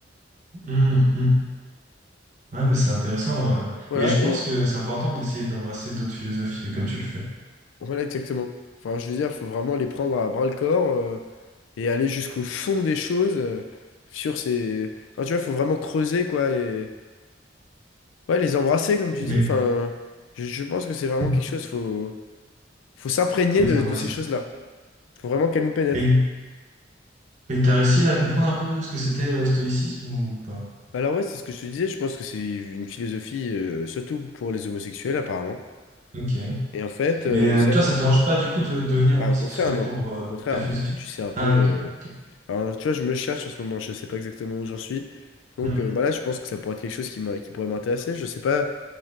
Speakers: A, on the right (about 40°); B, on the left (about 85°).
A: Mhm, mhm. Ouais, mais c'est intéressant. ouais.
B: Voilà,
A: Mais je pense
B: et
A: que c'est important d'essayer d'embrasser d'autres philosophies, comme tu le fais.
B: voilà exactement. Enfin, je veux dire, il faut vraiment les prendre à bras-le-corps euh, et aller jusqu'au fond des choses euh, sur ces... Enfin, tu vois, il faut vraiment creuser, quoi, et... Ouais, les embrasser, comme tu
A: Mais
B: dis. Enfin, je, je pense que c'est vraiment
A: hmm,
B: quelque chose,
A: vous
B: faut, faut s'imprégner
A: pouvez
B: de,
A: les embrasser.
B: de ces choses-là. Faut vraiment qu'elles nous pénètrent.
A: Mais, mais t'as réussi à comprendre un peu ce que c'était le stoïcisme ou pas?
B: Bah, Alors ouais, c'est ce que je te disais, je pense que c'est une philosophie euh, surtout pour les homosexuels apparemment.
A: Ok.
B: Et en fait,
A: Mais
B: euh,
A: euh,
B: ça...
A: toi, ça te dérange pas du coup de devenir
B: bah,
A: homosexuel
B: au contraire, non.
A: pour
B: Au
A: euh,
B: contraire,
A: ta philosophie?
B: tu, tu sais un peu...
A: Ah,
B: euh,
A: ok. ok.
B: enfin, tu vois, je me cherche en ce moment, je sais pas exactement où j'en suis. Donc
A: Hmm.
B: euh, voilà, je pense que ça pourrait être quelque chose qui m'a- qui pourrait m'intéresser. Je sais pas,